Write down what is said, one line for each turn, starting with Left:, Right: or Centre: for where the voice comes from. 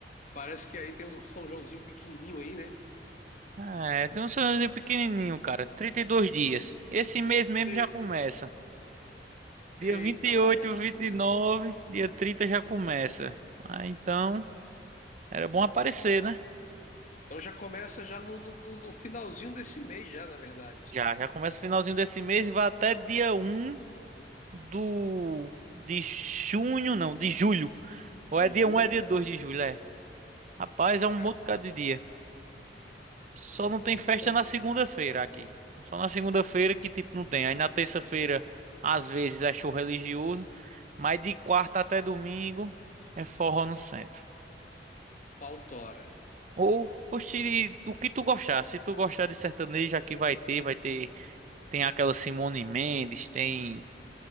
Left: Parece que aí tem um São Joãozinho pequenininho aí, né?
Right: É, tem um sonhozinho pequenininho, cara. 32 dias. Esse mês mesmo
Left: E-
Right: já começa. Dia
Left: Eita
Right: vinte e
Left: bagaceiro.
Right: 29, dia 30 já começa. Ah, então, era bom aparecer, né?
Left: Então já começa já no, no, no no finalzinho desse mês já, na verdade.
Right: Já, já começa o finalzinho desse mês e vai até dia um. do de junho, não, de julho. Ou
Left: De
Right: é dia
Left: julho,
Right: 1, é dia 2 de julho, é. Rapaz, é um
Left: já,
Right: monte de dia. Só não tem festa
Left: julho,
Right: na segunda-feira aqui. Só na segunda-feira que tipo não tem. Aí na terça-feira às vezes é show religioso, mas de quarta até domingo é forró no centro.
Left: pautora.
Right: Ou oxe, o que tu gostar. Se tu gostar de sertanejo, aqui vai ter, vai ter, tem aquela Simone Mendes, tem